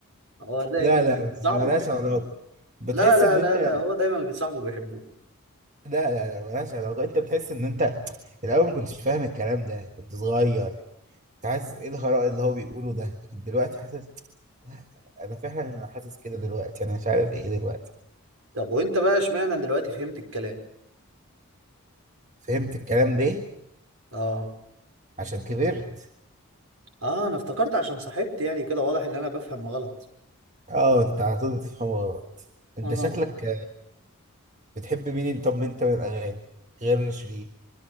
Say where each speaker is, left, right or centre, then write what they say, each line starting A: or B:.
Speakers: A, on the right; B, on the right.
A: هو دايما
B: لا لا بس
A: صاحبه
B: ملهاش
A: بيحبه
B: علاقة بتحس
A: لا لا
B: ان
A: لا
B: انت
A: لا هو دايما اللي بيصاحبه بيحبه
B: لا لا لا ملهاش علاقة انت بتحس ان انت الاول ما كنتش فاهم الكلام ده كنت صغير كنت حاسس ايه الهراء اللي هو بيقوله ده لكن دلوقتي حاسس <sniffs> انا فعلا انا حاسس كده دلوقتي انا مش عارف ايه دلوقتي
A: طب وانت بقى اشمعنى دلوقتي فهمت الكلام
B: فهمت الكلام ده
A: اه
B: عشان كبرت
A: اه انا افتكرت عشان صاحبت يعني كده واضح ان انا بفهم غلط
B: اه انت على طول بتفهم غلط انت
A: اه
B: شكلك بتحب مين طب انت من الاغاني غير شيرين